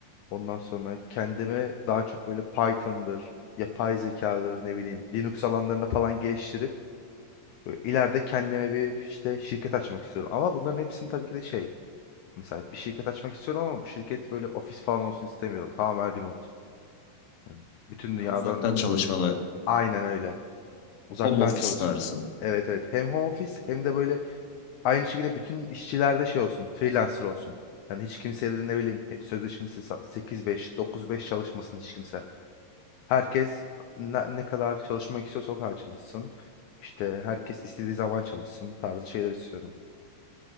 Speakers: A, on the left (about 75°); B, on the left (about 60°).
A: Ondan sonra kendimi daha çok böyle Python'dır, yapay zekadır, ne bileyim Linux alanlarında falan geliştirip böyle ileride kendime bir işte şirket açmak istiyorum. Ama bunların hepsini tabii ki de şey mesela bir şirket açmak istiyorum ama bu şirket böyle ofis falan olsun istemiyorum. Tamamen remote. Yani bütün dünyadan
B: Ben Uzaktan çalışmalı,
A: aynen öyle. Uzaktan
B: home office
A: çalış.
B: tarzı.
A: Evet evet. Hem home office hem de böyle Aynı şekilde bütün işçilerde şey olsun, freelancer olsun. Yani hiç kimseye de ne bileyim hep sözleşmesi sa- 8-5, 9-5 çalışmasın hiç kimse. Herkes ne, ne kadar çalışmak istiyorsa o kadar çalışsın. İşte herkes istediği zaman çalışsın tarzı şeyler istiyorum.